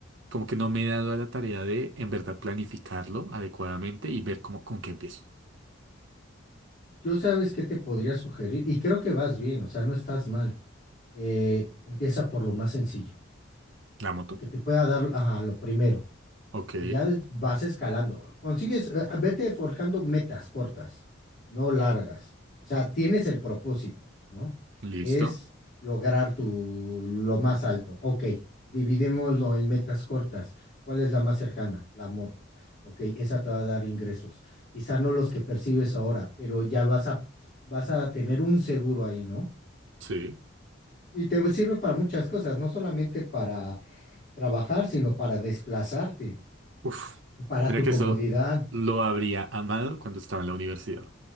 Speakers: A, on the right; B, on the left.
A: como que no me he dado a la tarea de en verdad planificarlo adecuadamente y ver cómo, con qué empiezo.
B: Yo sabes qué te podría sugerir, y creo que vas bien, o sea, no estás mal. Eh, empieza por lo más sencillo,
A: ¿La moto?
B: lo que te pueda dar, ajá, lo primero.
A: Ok,
B: y ya de- vas escalando. Consigues, eh, vete forjando metas cortas, no largas. O sea, tienes el propósito, ¿no?
A: listo.
B: Que es lograr tu lo más alto. Ok, dividémoslo en metas cortas. ¿Cuál es la más cercana? La moto. Ok, esa te va a dar ingresos. Quizá no los que percibes ahora, pero ya vas a, vas a tener un seguro ahí, ¿no?
A: Sí.
B: Y te sirve para muchas cosas, no solamente para trabajar, sino para desplazarte,
A: Uf,
B: para
A: mira
B: tu
A: que
B: comodidad.
A: eso lo habría amado cuando estaba en la universidad.